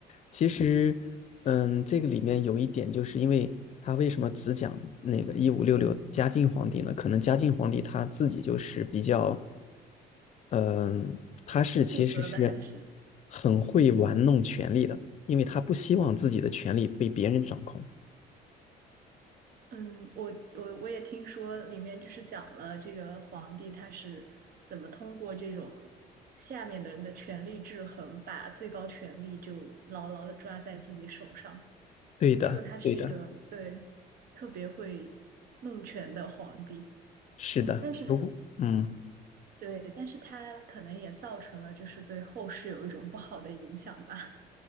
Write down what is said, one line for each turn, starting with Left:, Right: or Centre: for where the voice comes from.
Left: 其实，嗯，这个里面有一点，就是因为他为什么只讲那个一五六六嘉靖皇帝呢？可能嘉靖皇帝他自己就是比较，嗯，他是其实是
Right: 负责的还是。
Left: 很会玩弄权力的，因为他不希望自己的权力被别人掌控。
Right: 嗯，我我我也听说里面就是讲了这个皇帝他是怎么通过这种下面的人的权力制衡，把最高权力就牢牢的抓在自己手上，
Left: 对的，
Right: 就说他是一个对特别会弄权的皇帝。
Left: 对的，是的。
Right: 嗯，但是
Left: 如果，嗯。
Right: 对，但是他可能也造成了就是对后世有一种不好的影响吧。